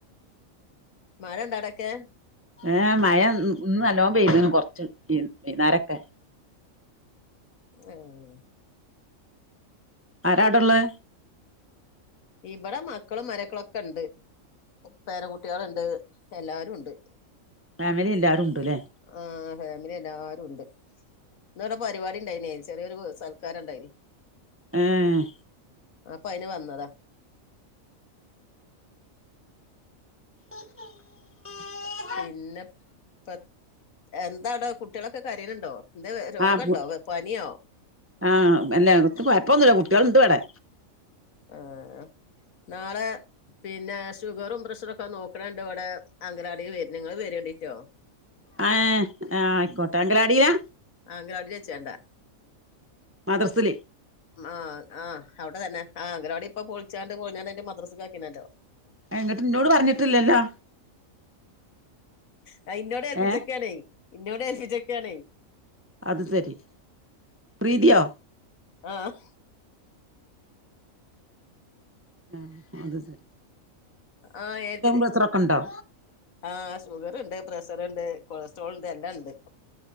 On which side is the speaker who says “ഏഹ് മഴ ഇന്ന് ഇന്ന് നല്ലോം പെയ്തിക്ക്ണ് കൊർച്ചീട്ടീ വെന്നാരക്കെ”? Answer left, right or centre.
Right